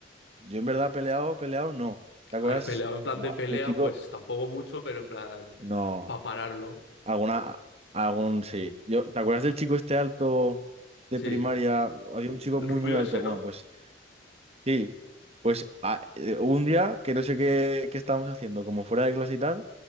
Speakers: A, on the right; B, on the left.
A: yo en verdad peleado, peleado, no. ¿Te acuerdas?
B: Haber peleado en plan
A: Buah,
B: de pelea,
A: el chico.
B: pues tampoco mucho, pero en plan
A: No.
B: para pararlo.
A: Alguna. Algún sí. Yo, ¿te acuerdas del chico este alto de
B: Sí.
A: primaria? Había un chico
B: El
A: muy,
B: rubio
A: muy alto.
B: ese, ¿no?
A: Bueno, pues sí. Pues ah, eh, hubo un día que no sé qué, qué estábamos haciendo, como fuera de clase y tal.